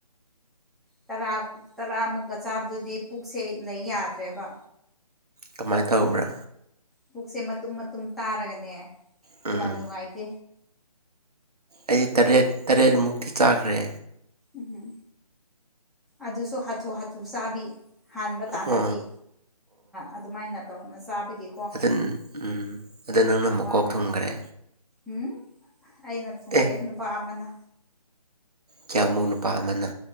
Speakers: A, in the centre; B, on the right.
A: ꯇꯔꯥ ꯇꯔꯥꯃꯨꯛꯀ ꯆꯥꯕꯗꯨꯗꯤ ꯄꯨꯛꯁꯦ ꯂꯩ ꯌꯥꯗ꯭ꯔꯦꯕ
B: ꯀꯃꯥꯏꯅ ꯇꯧꯕ꯭ꯔꯥ
A: ꯄꯨꯛꯁꯦ ꯃꯇꯨꯝ ꯃꯇꯨꯝ ꯇꯥꯔꯒꯅꯦ
B: ꯎꯝ
A: ꯌꯥꯝ ꯅꯨꯡꯉꯥꯏꯇꯦ
B: ꯑꯩꯗꯤ ꯇꯔꯦꯠ ꯇꯔꯦꯠꯃꯨꯛꯇꯤ ꯆꯥꯈ꯭ꯔꯦ
A: ꯎꯝꯝ ꯑꯗꯨꯁꯨ ꯍꯥꯊꯨ ꯍꯥꯊꯨ ꯆꯥꯕꯤ ꯍꯥꯟꯕ ꯇꯥꯟꯅꯕꯤ
B: ꯑꯣ
A: ꯑꯗꯨꯃꯥꯏꯅ ꯇꯧꯅ ꯆꯥꯕꯒꯤ
B: ꯑꯗꯨꯟ ꯎꯝ ꯑꯗꯨ ꯅꯪꯅ ꯃꯀꯣꯛ
A: ꯋꯥꯅ
B: ꯊꯨꯝꯒꯔꯦ
A: ꯎꯝ ꯑꯩꯅ ꯊꯨꯡꯗꯦ
B: ꯑꯦ
A: ꯅꯨꯄꯥ ꯑꯃꯅ꯫
B: ꯀꯌꯥꯃꯨ ꯅꯨꯄꯥ ꯑꯃꯅ